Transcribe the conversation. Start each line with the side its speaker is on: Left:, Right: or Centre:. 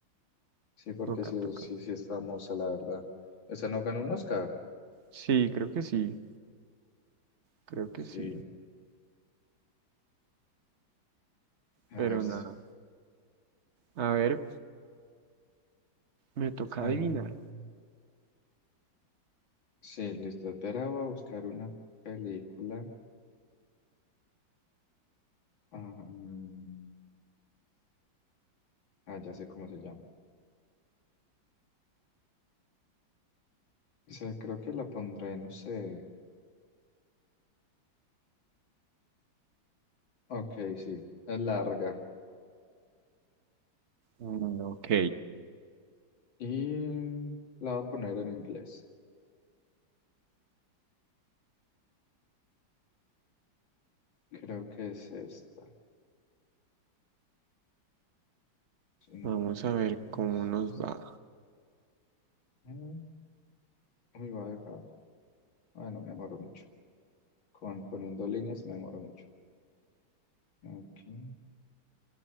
Left: Sí, porque
Right: Toca,
Left: sí,
Right: toca.
Left: sí, sí es famosa, la verdad. ¿Esa no ganó un Oscar?
Right: Sí, creo que sí. Creo que
Left: Sí.
Right: sí.
Left: A
Right: Pero
Left: ver. si-
Right: nada. A ver, me toca
Left: Hay
Right: adivinar.
Left: un... Sí, listo. Esperaba buscar una película. Ah, mm, ah, ya sé cómo se llama. Sí, creo que la pondré, no sé. Ok, sí. Es larga.
Right: Mm, ok.
Left: Y mm, la voy a poner en inglés. Creo que es esta. Si no
Right: Vamos
Left: me equivoco,
Right: a ver
Left: es
Right: cómo nos
Left: esta.
Right: va.
Left: Uy, voy a dejar. Bueno, me demoro mucho. Con poniendo líneas me demoro mucho. Aquí,